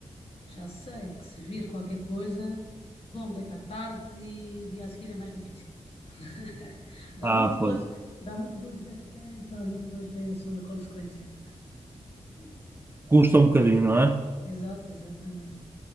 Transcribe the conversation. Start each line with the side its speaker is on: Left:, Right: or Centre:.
Left: já sei que se vir qualquer coisa, vou-me deitar tarde e o dia a seguir é mais difícil. <laughs> Dá
Right: Ah,
Left: muito
Right: pois.
Left: gozo, dá muito gozo ver a série, pá, mas depois tem a sua consequência. Sim.
Right: Custa um bocadinho, não é?
Left: Exato, exatamente,